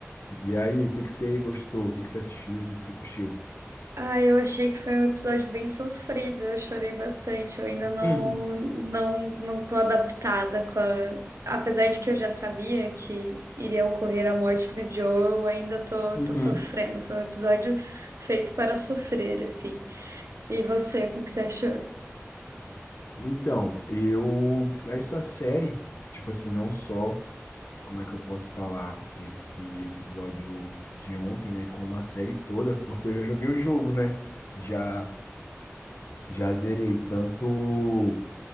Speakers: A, on the left; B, on the right.
A: E aí, o que que você gostou? O que que você assistiu? O que que você curtiu?
B: Ah, eu achei que foi um episódio bem sofrido, eu chorei bastante, eu ainda não,
A: Uhum.
B: não, não tô adaptada com a... Apesar de que eu já sabia que iria ocorrer a morte do Joel, eu ainda tô,
A: Uhum.
B: tô sofrendo. Foi um episódio feito para sofrer, assim. E você, o que que você achou?
A: Então, eu. Essa série, tipo assim, não só. Como é que eu posso falar esse episódio de ontem, né? Como a série toda, porque eu já joguei o jogo, né? Já, já zerei tanto